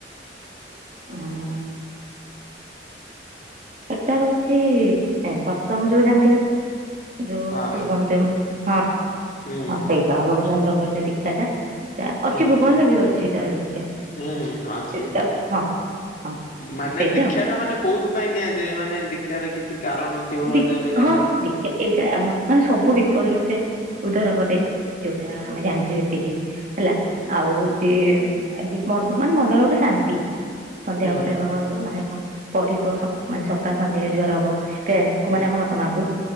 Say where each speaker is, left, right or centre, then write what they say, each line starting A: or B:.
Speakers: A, on the right; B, on the left.
A: ହୁଁ। ଏଟା ହଉଛି ସତସଙ୍ଗ ଯୋଉ ଜାଣିଥିବେ ତ ଯୋଉ
B: ହଁ
A: ପୂର୍ବନ୍ତେମ ହଁ
B: ହୁଁ
A: ହଁ ସେଇଟା ଅନୁକୁଳଚନ୍ଦ୍ରଙ୍କର ଯୋଉ ଦୀକ୍ଷାଟା
B: ହୁଁ
A: ଅଛି ଭୁବନରେ ବି ଅଛି ତାର ଦୀକ୍ଷା
B: ହୁଁ ଅଛି।
A: ଏଟା ହଁ। ହଁ
B: ମାନେ
A: ସେଇଟା
B: ଦୀକ୍ଷାଟା
A: ଆଉ
B: ମାନେ କୋଉଥିପାଇଁ ନିଆଯାଏ ମାନେ ଦୀକ୍ଷାରେ କିଛି କାରଣ? ଥିବ
A: ଦିକ୍ଷ
B: ଯାହା ବି ହେଲେ।
A: ହଁ ଦିକ୍ଷା ଏଇଟା ଆମ ମାନେ ସବୁ ବିପଦରୁୁ ସେ ଉଦ୍ଧାର କରେ। ଯୋଉଟା ଆମେ ଜାଣିଛୁ ଏତିକି ହେଲା ଆଉ ହଉଛି ମନ ମାନେ ମନରେ ଗୋଟେ ଶାନ୍ତି। ସନ୍ଧ୍ୟାକୁ
B: ହୁଁ
A: ତାର ମାନେ ପଢିବ ସକ ମାନେ ସକାଳେ ସନ୍ଧ୍ୟାରେ ଯୁହାର ହବ। ପ୍ୟାରେଣ୍ଟସଙ୍କୁ
B: ହୁଁ
A: ମାନେ ଆମ ବାପା ମାଆଙ୍କୁ